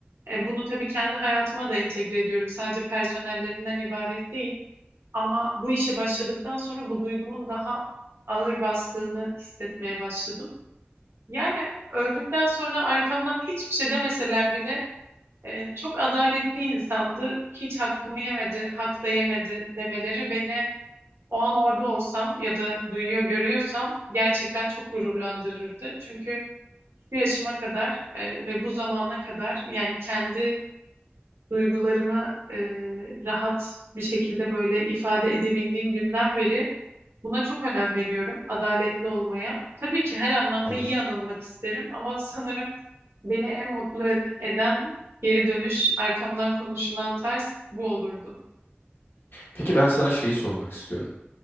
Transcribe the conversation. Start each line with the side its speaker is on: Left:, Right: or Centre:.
Right: E, bunu tabii kendi hayatıma da entegre ediyorum. Sadece personellerinden ibaret değil. Ama bu işe başladıktan sonra bu duygumun daha ağır bastığını hissetmeye başladım. Yani öldükten sonra arkamdan hiçbir şey demeseler bile e, çok adaletli insandı. Hiç hakkımı yemedi, hak da yemedi demeleri beni o an orada olsam ya da duyuyor görüyorsam gerçekten çok gururlandırırdı. Çünkü bu yaşıma kadar e, ve bu zamana kadar yani kendi duygularımı e, rahat bir şekilde böyle ifade edebildiğim günden beri Buna çok önem veriyorum, adaletli olmaya. Tabii ki her anlamda
Left: Hı hı.
Right: iyi anılmak isterim ama sanırım beni en mutlu e- eden geri dönüş, arkamdan konuşulan ters bu olurdu.
Left: Peki ben sana şeyi sormak istiyorum.